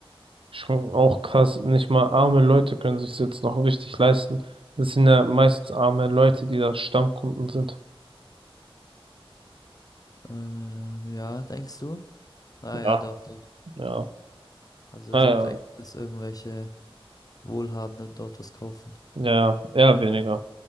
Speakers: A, on the right (about 65°); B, on the left (about 40°).
A: Schon auch krass, nicht mal arme Leute können sich jetzt noch richtig leisten. Das sind ja meistens arme Leute, die da Stammkunden sind.
B: Ähm, ja, denkst du? Ah
A: Ja,
B: ja, doch, doch.
A: ja.
B: Also
A: Naja,
B: ich denke, dass irgendwelche Wohlhabenden dort was kaufen.
A: ja, eher weniger.